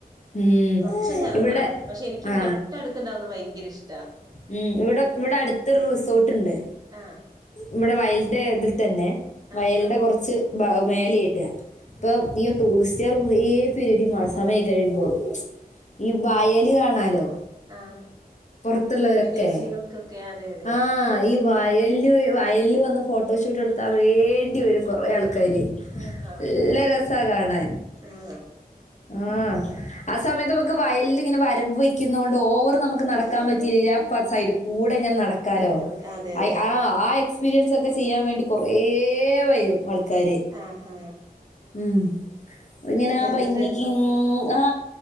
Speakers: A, on the left; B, on the right.
A: ഉം,
B: കൊർച്ചങ് എറങ്ങണം
A: ഇവിടെ
B: പക്ഷെ എനിക്ക്
A: ആ
B: തൊട്ടട്ത്ത്ണ്ടാവുന്നത് ഭയങ്കര ഇഷ്ട
A: ഉം ഇവടെ ഇവട ട്ത്തൊരു റിസോർട്ട്ണ്ട്
B: ആഹ്
A: ഇവടെ വയല്ന്റെ ഇതിൽ തന്നെ വയലിന്റെ
B: ആഹ് ആഹ്
A: കൊറച്ച് ഭഗ് മേലായിട്ട ഇപ്പൊ
B: ആഹ്
A: ഈ ടൂറിസ്റ്റുകാർ കുറേ പേര് മഴസമയ കഴിയുമ്പോ ഈ വായല് കാണാലോ
B: ആ
A: പുറത്തുള്ളവരൊക്കെ
B: വിദേശികൾക്കൊക്കെ അതെ യതെ.
A: ആ ഈ വയല് വയൽല് വന്ന് ഫോട്ടോഷൂട്ട് എട്ത്താ വേണ്ടിവരും കുറേ ആ കര്
B: ആഹാ
A: ല്ലരസാ കാണാൻ.
B: ആഹ്
A: ആ ആസമയത്ത് ന ക്ക് വയൽല്ങ്ങനെ വരമ്പ് വെക്കുന്നോണ്ട് ഓവർ നമക്ക് നടക്കാൻ പറ്റില്ലേലും ആ പസൈഡ്ക്കൂടങ്ങനെ നട ക്കലോ
B: നടക്ക അതെ അതെ
A: ഐ ആ ആയ് സ്പീരിയൻസൊക്കെ ചെയ്യാൻ വേണ്ടി കൊറേ വരും ആൾക്കാര്
B: ആഹാ
A: ഉം. ഇങ്ങനാ
B: അതെ അതൊരു
A: ഭംഗി
B: രസം
A: ലിൻ ആ